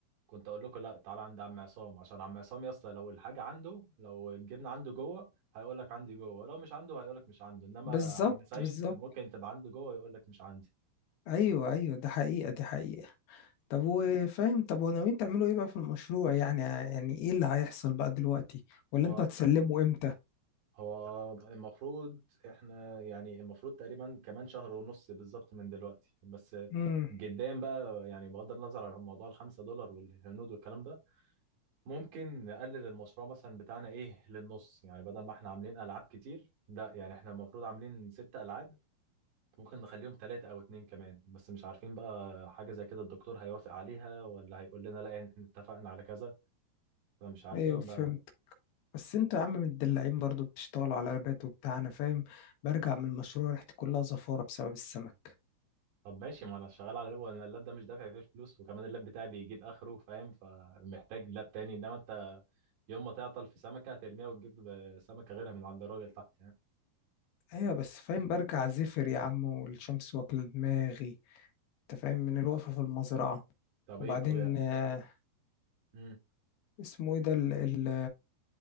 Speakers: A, on the right; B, on the left.
A: كنت اقول لكم لا تعالى عند عم عصام عشان عم عصام يا اسطى لو الحاجه عنده لو الجبنه عنده جوه هيقول لك عندي جوه لو مش عنده هيقول لك مش عنده انما
B: بالظبط
A: عم سيد
B: بالظبط
A: ممكن تبقى عنده جوه يقول لك مش عندي
B: ايوه ايوه ده حقيقه دي حقيقه طب وفاهم طب وناويين تعملوا ايه بقى في المشروع يعني يعني ايه اللي هيحصل بقى دلوقتي ولا
A: هو
B: انتوا هتسلموا امتى
A: هو المفروض احنا يعني المفروض تقريبا كمان شهر ونص بالظبط من دلوقتي بس
B: امم
A: جدا بقى يعني بغض النظر عن موضوع الخمسة دولار والهنود والكلام ده ممكن نقلل المشروع مثلا بتاعنا ايه للنص يعني بدل ما احنا عاملين العاب كتير ده يعني احنا المفروض عاملين ست العاب ممكن نخليهم ثلاثة او اتنين كمان بس مش عارفين بقى حاجة زي كده الدكتور هيوافق عليها ولا هيقول لنا لا احنا اتفقنا على كذا فمش عارفين
B: ايوه فهمت
A: بقى
B: بس انتوا يا عم متدلعين برضو بتشتغلوا على لابات وبتاع انا فاهم برجع من المشروع ريحتي كلها زفاره بسبب السمك
A: طب ماشي ما انا شغال على اللاب انا اللاب ده مش دافع فيه فلوس وكمان اللاب بتاعي بيجيب اخره فاهم فمحتاج لاب تاني انما انت يوم ما تعطل في سمكه هترميها وتجيب سمكه غيرها من عند الراجل تحت يعني
B: ايوه بس فاهم برجع زفر يا عم والشمس واكله دماغي انت فاهم من الوقفه في المزرعه
A: طب
B: وبعدين
A: ايه طب يا
B: آه،
A: مم.
B: اسمه ايه ده ال ال